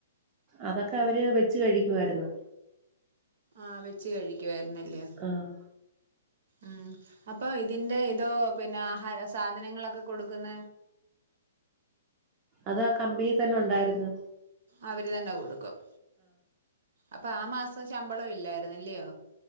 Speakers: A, on the right (about 20°); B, on the right (about 50°).
A: അതൊക്കെ അവര് വെച്ച കഴിക്കുയിരുന്നു
B: ആ വെച്ച് കഴിക്കുവായിരുന്നല്ലേ
A: ആഹ്
B: ഉം അപ്പൊ ഇതിന്റെ ഇതോ പിന്നെ ആഹാര സാധനങ്ങളൊക്കെ കൊടുക്കുന്ന <inaudible>
A: അത് ആ കമ്പനിൽ തന്നെ ഉണ്ടായിന്ന്
B: അവര് തന്നെ കൊടുക്കും അപ്പൊ ആ മാസം ശമ്പളം ഇല്ലായിരുന്നു ഇല്ലയോ